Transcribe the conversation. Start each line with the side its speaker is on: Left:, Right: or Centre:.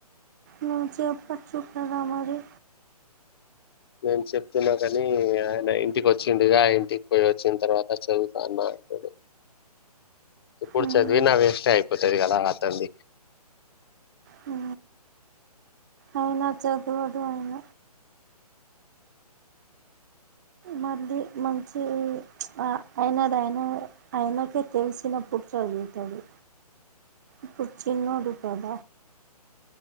Right: నువ్ చెప్పొచ్చు కదా మరి
Left: నేన్ చెప్తున్నా కాని ఆయన ఇంటికి వచ్చిండుగా ఇంటికి పోయి వచ్చిన తర్వాత చదువుత అన్నా అన్నాడు ఇప్పుడు
Right: మ్మ్
Left: చదివినా వేస్టే అయిపోతాది కదా అతన్ని ది
Right: ఉ అయినా చదవడు ఆయన మళ్ళీ మంచి చ్ ఆ ఆయనది ఆయన ఆయనకే తెల్సినప్పుడు చదువుతాడు ఇప్పుడు చిన్నోడు కద